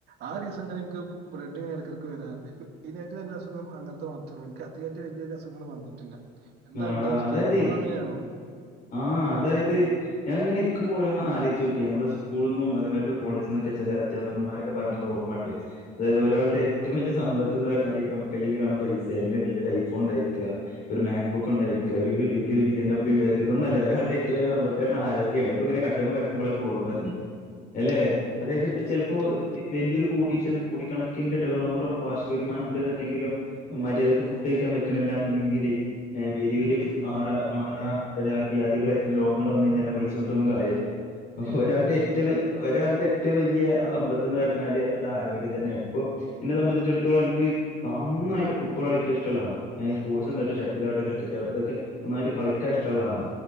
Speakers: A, on the right; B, on the left.
A: ആ ദിസം ഇങ്ങനെ എനിക്ക് ബ്ലഡ്ഡ് ഇങ്ങനെ എടക്കടക്ക് വരാറ്ണ്ട് <unintelligible> പിന്നെ <unintelligible> അങ്ങനത്തെ <unintelligible> എനിക്ക് അധികായിട്ട് വലിയ വലിയ അസുഖങ്ങള് വന്നിട്ടില്ല, എന്താ
B: ആടാ
A: അന്റെ അവസ്ഥ
B: അതായതേ
A: ഇപ്പഴും അങ്ങനെയാണോ?
B: ആഹ് അതായത് ഞാ ഇങ്ങനെ ഇര്കുമ്പോ ഓരോന്ന് ആലോയിച്ച് നോക്കി ഞമ്മള് സ്കൂള്ന്നും അതേമായിരിക്ക് കോളേജിന്നൊക്കെ ചെല അധ്യാപകന്മാരൊക്കെ പറഞ്ഞത് ഓർമ്മണ്ട് അതായത് ഒരാളുടെ ഏറ്റവും വലിയ സമ്പത്ത്ന്ന് പറഞ്ഞാല് നമ്മ കയ്യില് കാണ പൈസ അല്ലെങ്കിൽ കയ്യിലൊരു ഐഫോൺ ഉണ്ടായിരിക്ക ഒരു മേ <unintelligible> ഒണ്ടായിരിക്ക അവര് വലിയൊരു ബി എൻ ഡബ്ല്യൂ ഉണ്ടായിരിക്ക ഇതൊന്നല്ല ഒരാള്ടെ ഏറ്റവും വലിയ സമ്പത്ത് പറിഞ്ഞാല് ആരോഗ്യാണ് പ്പ ഇങ്ങനെ കട്ട്മ്മെ കെട് നമ്മളെ ഒക്കെ ഓർമ്മ വര്‌നെ, യെല്ലെ
A: അതെ അതെ.
B: അതായത് ഇപ്പ
A: അതെ
B: ചെലപ്പോ
A: സത്യായിട്ടും.
B: വെ വെല്യരു കോടീശ്വര്‌ന് കോടികണ ക്കിന്റെ ടേൺ ഓവറോ വാർഷിക വരുമാനം ഇണ്ട്ന്നുണ്ടെങ്കിലും മര്യാദക്ക് ഫുഡ് കയിക്കാൻ പറ്റണില്ല്യന്ന് ഇണ്ടെങ്കില് എഹ് വെല്ല്യ വെല്ല്യ മാറാ മാറാ <unintelligible> വ്യാധികള് രോഗങ്ങള് വന്ന് കഴിഞ്ഞാല് ആ പൈസറ്റൊന്നും കാര്യല്ല.
A: ഒരു
B: അപ്പോ
A: കാര്യവുമില്ല.
B: ഒരാളുടെ ഏറ്റവും വെ ഒരാളുടെ ഏറ്റവും വല്ല്യ സമ്പത്ത്ന്ന് പറഞ്ഞാല് അത് ആരോഗ്യം തന്നെണ്. ഇപ്പോ എന്നെ സംബന്ധിച്ചിടത്തോളം എൻക്ക് നന്നായിട്ട് ഫുട്ബോൾ കളിക്കാനിഷ്ടള്ള ആളാ, എ സ്പോർട്സ് <unintelligible> ഇതാവട്ടെ ക്രിക്കറ്റ് ആവട്ടെ ഇതൊക്കെ നന്നായിട്ട് കളിക്കാ ഇഷ്ടള്ള ആളാ.